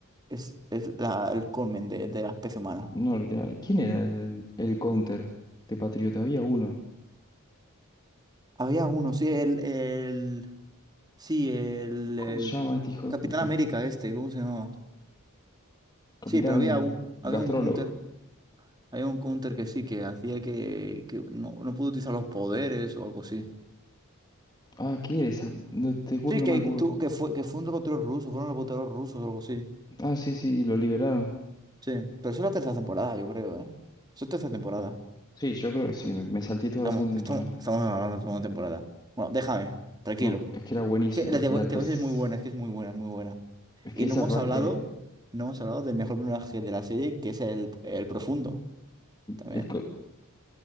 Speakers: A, on the right (about 20°); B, on the left (about 20°).
A: es- es la- el colmen de, de la especie humana.
B: No, literal. ¿Quién era el, el counter de Patriota? Había uno.
A: Había uno, sí, el, el, sí, el,
B: ¿Cómo
A: el
B: se llama este hijo
A: Capitán
B: de puta?
A: América este, ¿cómo se llama?
B: Capitán
A: Sí, pero había un,
B: Gastrólogo.
A: había un counter, había un counter que sí, que hacía que, que no, no pudo utilizar los poderes o algo así.
B: Ah, ¿qué era esa? No, te juro,
A: Sí,
B: no
A: que,
B: me acuerdo.
A: tú, que fue, que fue un reportero ruso, fueron reporteros rusos o algo así.
B: Ah, sí, sí, lo liberaron.
A: Sí, pero eso es la tercera temporada, yo creo, ¿eh? Eso es tercera temporada.
B: Sí, yo creo que sí, me, me salté toda
A: Estamos,
B: la segunda
A: estamos,
B: temporada.
A: estamos hablando de segunda temporada. Bueno, déjame, tranquilo.
B: No, es que era buenísima,
A: Es que la
B: es
A: de
B: que
A: Boys-
B: la
A: The
B: tercera...
A: Voice es muy buena, es que es muy buena, muy buena.
B: Es
A: Y
B: que esa
A: no hemos
B: parte...
A: hablado, no hemos hablado del mejor personaje de la serie, que es el, el profundo, también.
B: El, co